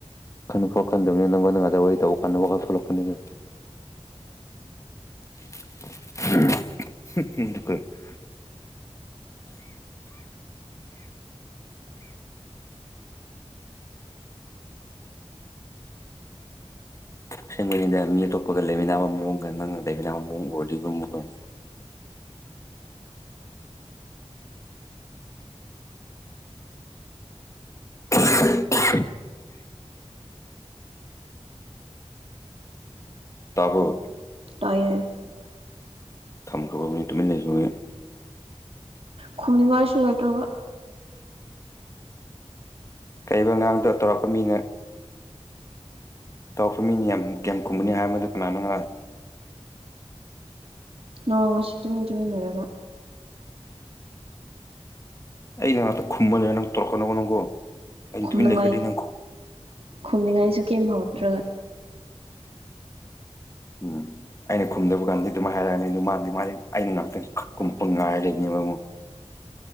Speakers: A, on the left; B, on the right.
A: ꯈꯟꯅꯨꯀꯣ ꯈꯟꯗꯕꯅꯤ ꯅꯪꯉꯣꯟꯗ ꯉꯥꯛꯇꯥ ꯋꯥꯔꯤ ꯇꯧꯕ ꯀꯟꯗ ꯋꯥꯈꯜ ꯊꯣꯛꯂꯛꯄꯅꯤꯗꯥ <unintelligible> ꯑꯁꯦꯡꯕꯅꯤꯗ ꯃꯤ ꯑꯇꯣꯞꯄꯒ ꯂꯩꯃꯤꯟꯅꯕ ꯃꯑꯣꯡꯒ ꯅꯪꯒ ꯂꯩꯃꯤꯟꯅꯕ ꯃꯑꯣꯡ ꯑꯣꯏꯔꯗꯤꯒꯨꯝꯕ <unintelligible> ꯇꯥꯕꯔꯣ
B: ꯇꯥꯏꯌꯦ
A: ꯊꯝꯈ꯭ꯔꯕꯥ ꯃꯤ ꯇꯨꯃꯤꯗꯨꯅꯦ <unintelligible>
B: ꯈꯨꯝꯅꯤꯉꯥꯏꯁꯨ ꯂꯩꯇꯔꯥꯒꯥ
A: ꯀꯩꯕ ꯉꯥꯡꯗꯣ ꯇꯧꯔꯛꯄꯥ ꯃꯤꯅ ꯇꯧꯔꯛꯄꯥ ꯃꯤꯅꯤ ꯌꯥꯝ ꯀꯌꯥꯝ ꯀꯨꯝꯒꯅꯤ ꯍꯥꯏꯔꯝꯕꯥꯗꯨ ꯀꯅꯥꯅꯣ ꯉꯔꯥꯡ
B: ꯅꯣꯡ ꯉꯁꯤ ꯇꯨꯃꯤꯟ ꯇꯨꯃꯤꯟ ꯂꯩꯔꯒꯥ
A: ꯑꯩꯅꯥ ꯉꯥꯛꯇꯥ ꯈꯨꯝꯕꯥꯅꯤꯅ ꯅꯪ ꯇꯧꯔꯛꯀꯥꯅꯣ ꯅꯪꯀꯣ ꯑꯩꯅ
B: ꯈꯨꯝꯅꯥꯉꯥꯏ
A: ꯇꯨꯃꯤꯟ ꯂꯩꯈ꯭ꯔꯗꯤ ꯅꯪ ꯈꯨꯝ
B: ꯈꯨꯝꯅꯤꯡꯉꯥꯏꯁꯨ ꯀꯦꯝ ꯍꯧꯔꯛꯇ꯭ꯔꯒ
A: ꯎꯝ ꯑꯩꯅ ꯈꯨꯝꯗꯥꯕ ꯀꯥꯟꯗꯤ ꯑꯗꯨꯃꯥꯏꯅ ꯍꯥꯏꯔꯛꯑꯥꯅꯤ ꯑꯗꯨ ꯃꯥꯗꯤ ꯃꯥꯗꯤ ꯑꯩꯅ ꯉꯥꯛꯇꯥ ꯈꯨꯝꯃꯛꯄꯥ ꯉꯥꯏ ꯂꯩꯅꯦꯕ ꯑꯃꯨꯛ